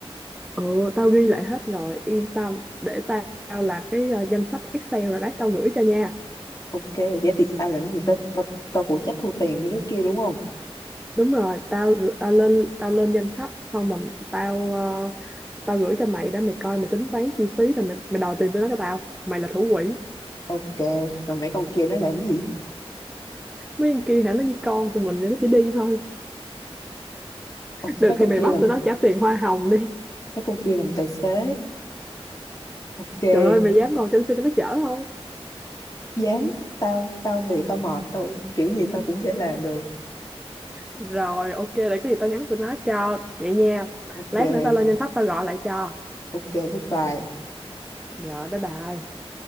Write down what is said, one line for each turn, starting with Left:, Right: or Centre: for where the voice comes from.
Centre: ừ tao ghi lại hết rồi yên tâm để tao làm cái ờ, danh sách Excel rồi lát tao gửi cho nha
Left: ok vậy thì tao làm gì tao tao tao phụ trách thu tiền mấy đứa kia đúng không
Centre: đúng rồi tao gử- tao lên tao lên danh sách xong mà tao ờ, tao gửi cho mày đó mày coi mày tính toán chi phí rồi mày mày đòi tiền tụi nó cho tao mày là thủ quỹ
Left: ok rồi mấy con kia nó làm gì
Centre: mấy con kia hả nó như con tụi mình vậy nó chỉ đi thôi
Left: Ồ,
Centre: được
Left: mấy con
Centre: thì mày
Left: kia
Centre: bắt
Left: làm
Centre: tụi nó trả tiền hoa hồng đi
Left: mấy con kia làm tài xế ok
Centre: trời ơi mày dám ngồi trên xe tụi nó chở không
Left: dám tao tao vì tao mệt tao kiểu gì tao cũng sẽ làm được
Centre: rồi ok để có gì tao nhắn tụi nó cho vậy nha
Left: ok
Centre: lát nữa tao lên danh sách tao gọi lại cho
Left: ok bye bye
Centre: rồi bye bye